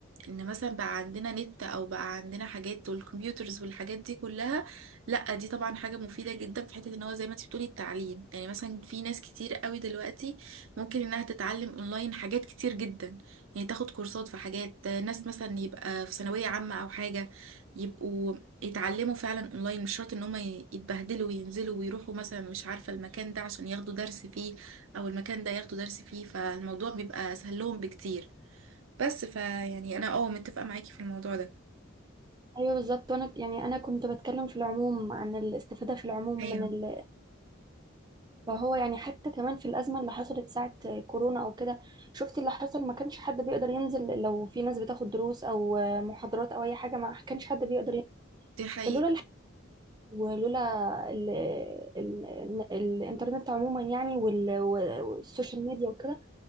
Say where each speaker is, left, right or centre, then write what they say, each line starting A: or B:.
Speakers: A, on the right; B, on the right.
A: ان مثلا بقى عندنا نت او بقى عندنا حاجات والكمبيوترز والحاجات دي كلها لا دي طبعا حاجة مفيدة جدا في حتة ان هو زي ما انتي بتقولي التعليم يعني مثلا في ناس كتير قوي دلوقتي ممكن انها تتعلم اونلاين حاجات كتير جدا يعني تاخد كورسات في حاجات آه، ناس مثلا يبقى في ثانوية عامة او حاجة يبقوا يتعلموا فعلا اونلاين مش شرط ان هم ي- يتبهدلوا وينزلوا ويروحوا مثلا مش عارفة المكان ده عشان ياخدوا درس فيه او المكان ده ياخدوا درس فيه فالموضوع بيبقى سهل لهم بكتير بس فيعني انا اه متفقة معاكي في الموضوع ده
B: ايوه بالظبط وانا يعني انا كنت بتكلم في العموم عن الاستفادة في العموم
A: ايوه
B: من ال- فهو يعني حتى كمان في الأزمة اللي حصلت ساعة كورونا أو كده شفتي اللي حصل ما كانش حد بيقدر ينزل لو في ناس بتاخد دروس أو محاضرات أو أي حاجة ما كانش حد بيقدر ينزل
A: دي حقيقة
B: فلولا الح... ولولا ال... ال... الإنترنت عموما يعني وال... والسوشيال ميديا وكده